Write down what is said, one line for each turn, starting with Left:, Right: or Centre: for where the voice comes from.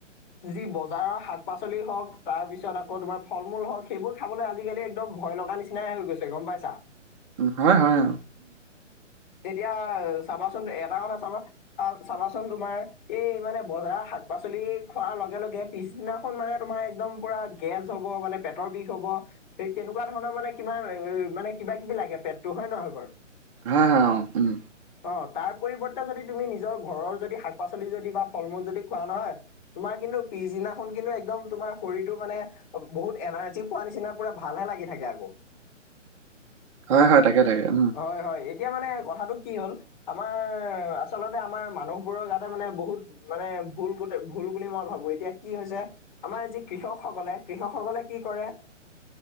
Left: যি বজাৰৰ শাক পাচলি হওঁক তাৰ পিছত আকৌ তোমাৰ ফল মূল হওক সেইবোৰ খাবলৈ আজিকালি একদম ভয় লগা নিচিনাই হৈ গৈছে গম পাইছা।
Right: হয় হয়।
Left: এতিয়া চাবাচোন এটা কথা চাবা আহ চাবাচোন তোমাৰ এই মানে বজাৰ শাক পাচলি খোৱাৰ লগে লগে পিছদিনাখন মানে তোমাৰ একদম পুৰা গেছ হ'ব মানে পেটৰ বিষ হ'ব সেই তেনে কুৱা ধৰণৰ মানে কিবা মানে কিবা কিবি লাগে পেটটো হয় নহয় বাৰু।
Right: হা হা অহ উম।
Left: অ তাৰ পৰিৱৰ্তে যদি তুমি নিজৰ ঘৰৰ যদি শাক পাচলি যদি বা ফল মূল যদি খোৱা নহয় তোমাৰ কিন্তু পিছদিনাখন কিন্তু একদম তোমাৰ শৰীৰটো মানে বহুত এনাৰ্জি পোৱা নিচিনা পুৰা ভালহে লাগি থাকে আকৌ।
Right: হয় হয় তাকে তাকে উম।
Left: হয় হয় এতিয়া মানে কথাটো কি হ'ল আমাৰ আচলতে আমাৰ মানুহবোৰ গাতে মানে বহুত মানে ভুল গোট ভুল বুলি মই ভাবো। এতিয়া কি হৈছে আমাৰ যি কৃষক সকলে কৃষক সকলে কি কৰে,